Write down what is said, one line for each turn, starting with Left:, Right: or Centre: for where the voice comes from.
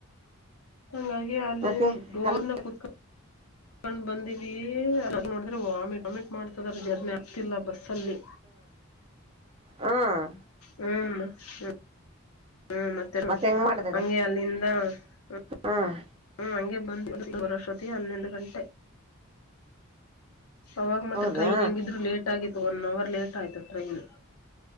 Left: ಹಂಗಾಗಿ ಅಲ್ಲೇ
Right: ಮತ್ತೆ
Left: ಡೋರ್ನ
Right: ಅಲ್ಲ
Left: ಕುೂತ್ಕೊಂಡ ಕಕೊಂಡ್ ಬಂದೀವಿದ ನೋಡಿದ್ರೆ ವಾಮಿಟ್ ವಾಮಿಟ್ ಮಾಡ್ತದ್ರ ಜರ್ನಿ ಆಗ್ತಿಲ್ಲ ಬಸ್ ಸನ್ನಿ
Right: ಹ್ಮ್
Left: ಹ್ಮ್ ಹ್ಮ ಹ್ಮ್ ಮತ್ತೆ
Right: ಹೆಂಗ್ ಮಾಡಿದಿರಿ
Left: ಹಂಗೆ ಅಲ್ಲಿಂದ ಹ್ಮ
Right: ಹ್ಮ್
Left: ಹಂಗೆ ಬಂದು ವರ್ಷೊತ್ತ ಹನ್ನೊಂದು ಗಂಟೆ ಅವಾಗ ಮತ್ತೆ
Right: ಹೌದಾ
Left: ಟ್ರೈನ್ ಹೆಂಗಿದ್ರು ಲೇಟ್ ಆಗಿತ್ತು ಒನ್ ಅವರ್ ಲೇಟ್ ಆಯ್ತು ಟ್ರೈನ್